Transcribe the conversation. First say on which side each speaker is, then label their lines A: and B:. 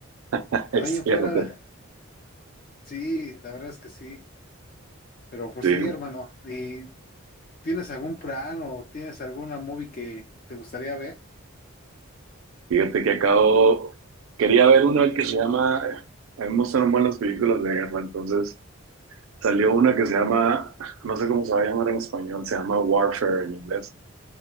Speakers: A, on the right; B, on the left.
A: <laughs> Es
B: de ahí en
A: cierto.
B: fuera, sí, la verdad es que sí. Pero pues
A: Sí,
B: sí, hermano, ¿y tienes algún plan o tienes alguna movie que te gustaría ver?
A: fíjate que acabo, quería ver una que se llama, a mí me gustan buenas películas de guerra, entonces salió una que se llama, no sé cómo se va a llamar en español, se llama Warfare en inglés,